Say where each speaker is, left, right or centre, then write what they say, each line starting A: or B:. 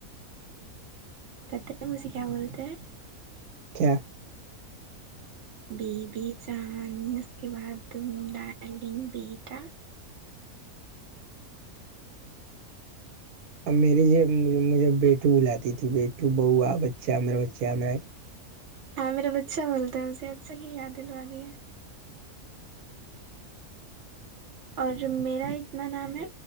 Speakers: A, on the right (about 60°); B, on the right (about 80°).
A: پت ہے مجھے کیا بولتے ہیں <unintelligible>
B: چھ <inaudible>
A: بی بیی چاند اس کے بعد ڈارلنگ بیٹا <unintelligible>
B: اب میری ج مجھے بیٹو بلاتی تھی بیٹو بوا بچہ میرا بچہ میرا <unintelligible>
A: ہاں میرا بچہ بولتا ہے مجھے اچھا کی یاد دلوا دی ہے اور میرا اتنا نام ہے